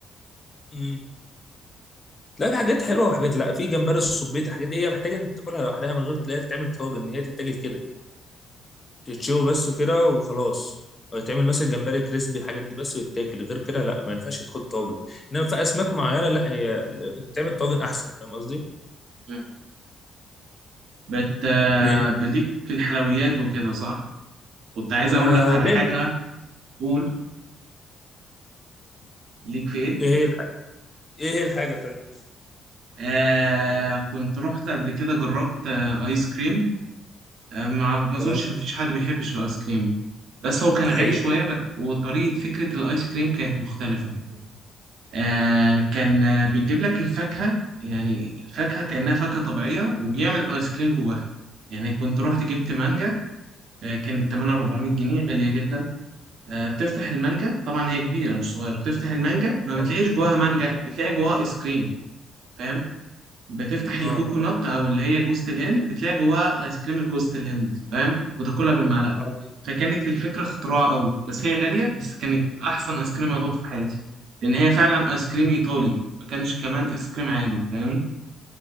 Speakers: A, on the left (about 30°); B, on the right (about 75°).
A: مم. لا في حاجات حلوه وحاجات لا في جمبري السبيط الحاجات دي هي محتاجه انت تاكلها لوحدها من غير تلاقيها تتعمل في طاجن ان هي تتاكل كده تتشوي بس وكده وخلاص أو يتعمل مثلا جمبري كريسبي الحاجات دي بس ويتاكل غير كده لا ما ينفعش تاخد طاجن انما في اسماك معينه لا هي بتعمل طاجن احسن فاهم قصدي؟
B: مم. بت آه،
A: إيه؟
B: بليك في الحلويات وكده صح كنت عايز
A: انا
B: أقول لك على
A: ليه
B: حاجة قول ليك في ايه
A: ايه هي الحاجه؟ ايه هي الحاجه طيب؟
B: آه كنت رحت قبل كده جربت آه ايس كريم آه ما ما اظنش
A: تمام
B: ما فيش حد بيحبش الايس كريم بس هو كان
A: ده حقيقة
B: غالي شويه ب... وطريقه فكره الايس كريم كانت مختلفه آه كان آه، بيجيب لك الفاكهه يعني الفاكهه كانها فاكهه طبيعيه وبيعمل ايس كريم جواها يعني كنت رحت جبت مانجا آه، كانت تمنها 400 جنيه غالية جدا آه، بتفتح المانجا طبعا هي كبيرة مش صغيرة بتفتح المانجا ما بتلاقيش
A: اه
B: جواها مانجا بتلاقي جواها ايس كريم فاهم؟ بتفتح الكوكونات
A: اه
B: او اللي هي جوزة الهند بتلاقي جواها ايس كريم جوزة الهند فاهم وتاكلها بالمعلقه
A: آه.
B: فكانت الفكره اختراع قوي بس هي غاليه بس كانت احسن ايس كريم ادوقه في حياتي لان هي فعلا ايس كريم ايطالي ما كانش كمان ايس كريم عادي فاهم